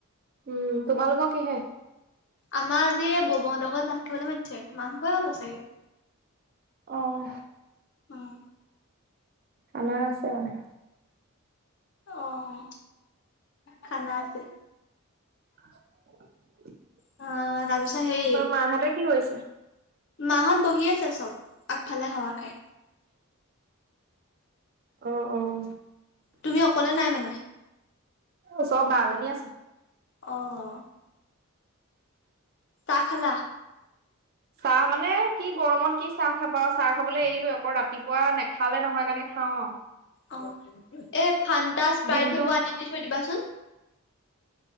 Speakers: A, on the right (about 45°); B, on the left (about 55°).
A: উম তোমালোকৰ কিহে।
B: আমাৰ আজি ববহঁতৰ ঘৰত ভাত খাবলৈ মাতিছে মাংসই হ'ব চাগে।
A: অহ।
B: অ',
A: খানা আছে মানে।
B: অ' খানা আছে।
A: <inaudible>
B: অ তাৰপিছত হেই
A: বা মাহঁতে কি কৰিছে?
B: মাহত বহি আছে চব আগফালে হাৱা খাই।
A: অ' অ'।
B: তুমি অকলে নাই মানে।
A: ওচৰৰ বা জনী আছে।
B: অ'। চাহ খালা?
A: চাহ মানে কি গৰমত কি চাহ খাবা চাহ খাবলৈ এৰিলো আকৌ ৰাতিপুৱা নেখালে নহয় কাৰণে খাওঁ আৰু।
B: অ' এই ফান্তা স্প্ৰাইট
A: দিনটো
B: সেইবোৰ আনি আনি থৈ দিবাচোন। <inaudible>